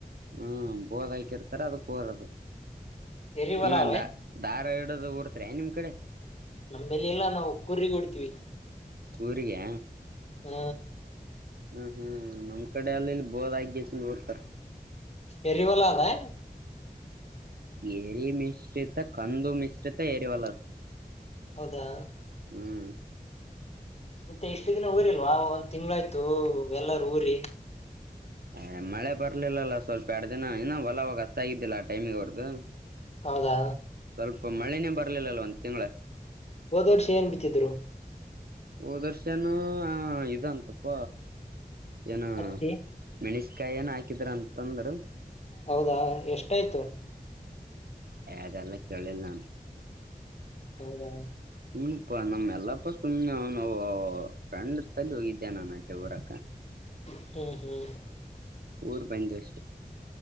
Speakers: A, on the right; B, on the left.
A: ಹ್ಮ್ ಬೋದ ಹಾಕಿರ್ತಾರ ಅದಕ್ಕೆ ಹೋರದು
B: ಎರಿವಲ
A: ನೀವೆಂದ
B: ಅವೆ
A: ದಧಾರ ಇಡೋ ರ್ತ ನಿಮ್ಮ್ ಕಡೆ
B: ನಂಬಲ್ಲಿ ಎಲ್ಲಾ ನಾವು ಕು್ರಿಗೆ ಕೊಡ್ತಿೀವಿ
A: ಕೂರಿರಿಗೆ
B: ಹ್ಮ
A: ಹ್ಮ್ ಹ್ಮ್ ನಮ್ಮ್ ಕಡೆ ಅಲ್ಲ ಇಲ್ಲಿ ಬೋದ ಆಾಗಸ ನೋಡ್ತಾರೆ
B: ಎರಿವಲ ಅದಾ
A: ಎರಿ ಮಿಶ್ರಿತ ಕಂದು ಮಿಶ್ರಿತ ಎರಿವಲದ
B: ಹೌದಾ
A: ಹ್ಮ್
B: ಮತ್ತೆ ಎಷ್ಟು ದಿನ ಊರಿಲ್ವಾ ಒಂದ್ ತಿಂಗಳಾಯ್ತು ಎಲ್ಲರೂ ಊರಿ
A: ಹ ಹ ಮಳೆ ಬರ್ಲಿಲ್ಲಲ್ಲ ಸ್ವಲ್ಪ ಎರಡು ದಿನ ಇನ್ನ ಹೊಲವಾಗ ಹಸತ ಆಗಿದ್ದಿಲ್ಲ ಟೈಮಿ್ ಅವರ್ದು
B: ಹೌದಾ
A: ಸ್ವಲ್ಪ ಮಳೆನೇ ಬರ್ಲಿಲ್ಲ ಒಂದ್ ತಿಂಗಳ
B: ಹೋದ ವರ್ಷ ಏನ್ ಬಿತ್ತಿದ್ರು
A: ಓದರ್ಶನ ಇದಂತಪ್ಪ ಏನ
B: ಹತ್ತಿ
A: ಮೆಣಸಕಾಯಿ ಏನ್ ಹಾಕಿದ್ರ ಅಂತಂದ್ರ
B: ಹೌದಾ ಎಷ್ಟಾಯ್ತು
A: ಯದೆಲ್ಲ ಕೇಳಿಲ್ಲ
B: ಹೌದಾ
A: ಹ್ಞೂನಪ್ಪ ಸುಮ್ಮ್ ನಮ್ಮ ಎಲ್ಲಪ್ಪ ಸುಮ್ನೆ ನ ನಾವು ಫಂಡ್ ತಲ್ಲಿ ಹೋಗಿದ್ದೆ ನಾನುಂಟೆ ಹಊರಕ
B: ಹ್ಮ್ ಹ್ಮ್
A: ಊರು ಬಂದ ಅಷ್ಟೆ.